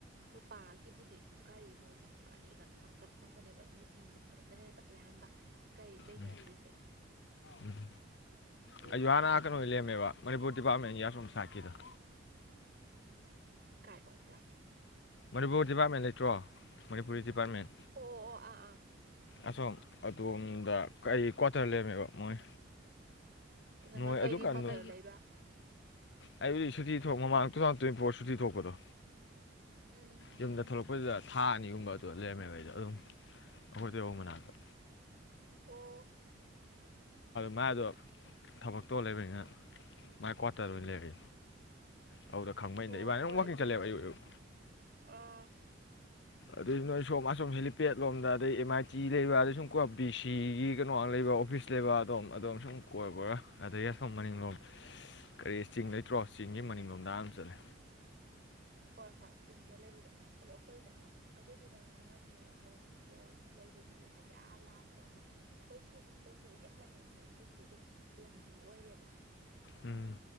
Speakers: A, on the right; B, on the left.
A: ꯅꯨꯄꯥꯒꯤꯕꯨꯗꯤ ꯒꯥꯔꯤ ꯃꯣꯏꯗꯤ ꯒꯥꯔꯤ ꯉꯛ ꯆꯠꯅꯕꯅꯦꯕ ꯑꯗꯨ ꯅꯨꯄꯤꯅꯦ꯫ ꯅꯦꯕ ꯑꯌꯥꯝꯕ ꯒꯥꯔꯤ ꯂꯩꯅꯗ꯭ꯔꯤꯁꯦ꯫
B: ꯎꯝ ꯎꯝ
A: ꯂꯩꯕꯁꯨ
B: ꯑꯩꯁꯨ ꯍꯥꯟꯅꯀꯩꯅ
A: ꯌꯥꯎꯕꯗꯤ
B: ꯂꯩꯔꯝꯃꯦꯕ
A: ꯌꯥꯎ
B: ꯃꯅꯤꯄꯨꯔ ꯗꯤꯄꯥꯔꯠꯃꯦꯟꯒꯤ ꯑꯁꫭꯝ ꯁꯥꯏꯗꯀꯤꯗ꯫
A: ꯀꯥꯏꯔꯣꯝꯗ꯫
B: ꯃꯅꯤꯄꯨꯔ ꯗꯤꯄꯥꯔꯠꯃꯦꯟ ꯂꯩꯇ꯭ꯔꯣ ꯃꯅꯤꯄꯨꯔꯤ ꯗꯤꯄꯥꯔꯠꯃꯦꯟ
A: ꯑꯣ ꯑꯣ ꯑꯥ ꯑꯥ
B: ꯑꯁꯣꯝ꯫ ꯑꯗꯣꯝꯗ ꯀꯔꯤ ꯀ꯭ꯋꯥꯇꯔ ꯂꯩꯔꯝꯃꯦꯕ ꯃꯣꯏ꯫
A: ꯅꯪꯅ
B: ꯅꯣꯏ
A: ꯀꯩꯒꯤ
B: ꯑꯗꯨ ꯀꯅꫭ
A: ꯀ꯭ꯋꯥꯇꯔ ꯂꯩꯕ
B: ꯑꯩꯕꯨꯗꯤ ꯁꯨꯇꯤ ꯊꫭꯛ ꯃꯃꯥꯡ ꯇꯨ ꯊꯥꯎꯖꯟ ꯇ꯭ꯋꯦꯟꯇꯤ ꯐꯣꯔ ꯁꯨꯇꯤ ꯊꯣꯛꯄꯗꯣ꯫
A: ꯎꯝ
B: ꯌꯨꯝꯗ ꯊꯣꯛꯂꯛꯄꯗꯨꯗ ꯊꯥ ꯑꯅꯤꯒꯨꯝꯕ ꯑꯗꯨ ꯂꯩꯔꯝꯃꯦꯈꯩꯗ ꯑꯗꯨꯝ ꯑꯩꯈꯣꯏ ꯇꯣꯏꯕꯧ ꯃꯅꯥꯛꯇ
A: ꯑꯣ
B: ꯃꯥꯏꯗꯣ ꯊꯕꯛꯇꯣ ꯂꯩꯕꯅꯤꯅ ꯃꯥ ꯀ꯭ꯋꯥꯇꯔ ꯑꯣꯏꯅ ꯂꯩꯒꯦ ꯑꯗꯨꯧꯗ ꯈꯪꯕ
A: ꯍꯣ
B: ꯑꯩꯅ ꯏꯕꯥꯅꯤꯅ
A: ꯍꯣꯏ
B: ꯑꯗꯨꯝ
A: ꯑꯗꯨꯗ
B: ꯋꯥꯛꯀꯤꯡ ꯆꯠꯂꯦꯕ ꯑꯌꯨ ꯑꯌꯨꯛ
A: ꯑꯥ
B: ꯑꯗꯨꯏ ꯅꯣꯏ ꯁꯣꯝ ꯑꯁꯣꯝ ꯍꯦꯂꯤꯄꯦꯗ ꯂꯣꯝꯗ ꯑꯗꯩ ꯑꯦꯝ ꯑꯥꯏ ꯇꯤ ꯂꯩꯕ ꯑꯗꯩ ꯁꯨꯝ ꯀꯣ ꯕꯤ ꯁꯤꯒꯤ ꯀꯩꯅꯣꯒ ꯂꯩꯕ ꯑꯣꯐꯤꯁ ꯂꯩꯕ ꯑꯗꯨꯗꯣꯝ ꯑꯗꯣꯝ ꯁꯨꯝ ꯀꯣꯏꯔ ꯀꯣꯏꯔ ꯑꯗꯩ ꯌꯥꯁꯪ ꯃꯅꯤꯡꯂꯣꯝ ꯀꯔꯤ ꯆꯤꯡ ꯂꯩꯇ꯭ꯔꯣ ꯆꯤꯡꯒꯤ ꯃꯅꯤꯡ ꯂꯣꯝꯗꯥ ꯑꯃ ꯆꯠꯂꯦ
A: ꯍꯣꯏ ꯍꯣꯏ ꯆꯤꯡꯗ ꯂꯩꯕꯗꯣ ꯑꯗꯣ ꯑꯩꯈꯣꯏꯅ ꯑꯗꯨꯏꯗꯤ ꯅꯪ ꯈꯪꯉꯝꯅꯤꯉ ꯑꯩꯈꯣꯏ ꯍꯣꯁꯄꯤꯇꯥꯜ ꯂꯩ ꯕꯗꯨꯒꯤ ꯍꯥꯏꯗꯤ ꯑꯥ ꯂꯥꯁꯇ ꯑꯃ ꯑꯩꯈꯣꯏ ꯁꯤ ꯍꯣꯁꯇꯦꯜꯁꯤꯒꯤ ꯍꯦꯛ ꯃꯅꯤꯡꯁꯦ ꯁꯤꯁꯤꯗꯤ ꯑꯗꯨꯝ ꯂꯝꯕꯤ ꯑꯣꯏ ꯑꯣꯏꯔꯦꯕ
B: ꯎꯝ